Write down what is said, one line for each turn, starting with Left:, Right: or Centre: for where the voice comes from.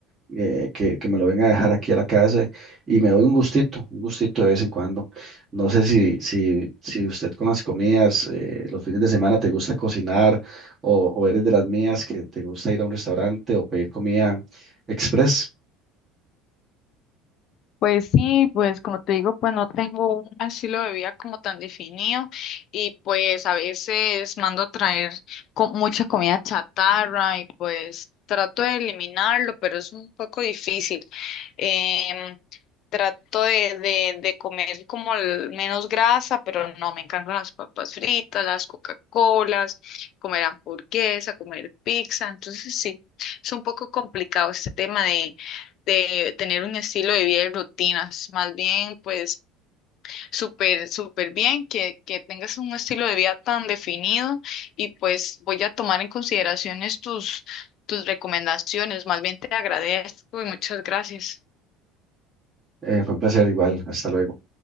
Right: eh, que, que me lo venga a dejar aquí a la casa y me doy un gustito, un gustito de vez en cuando. No sé si, si, si usted con las comidas, eh, los fines de semana te gusta cocinar o, o eres de las mías que te gusta ir a un restaurante o pedir comida express.
Left: Pues sí, pues como te digo, pues no tengo un estilo de vida como tan definido y pues a veces mando a traer co- mucha comida chatarra y pues trato de eliminarlo, pero es un poco difícil. Em, trato de, de, de comer como el- menos grasa, pero no, me encantan las papas fritas, las Coca-Colas, comer hamburguesa, comer pizza, entonces sí, es un poco complicado este tema de tener un estilo de vida y rutinas, más bien pues súper, súper bien que, que tengas un estilo de vida tan definido y pues voy a tomar en consideraciones tus, tus recomendaciones, más bien te agradezco y muchas gracias.
Right: Eh, fue un placer igual. Hasta luego.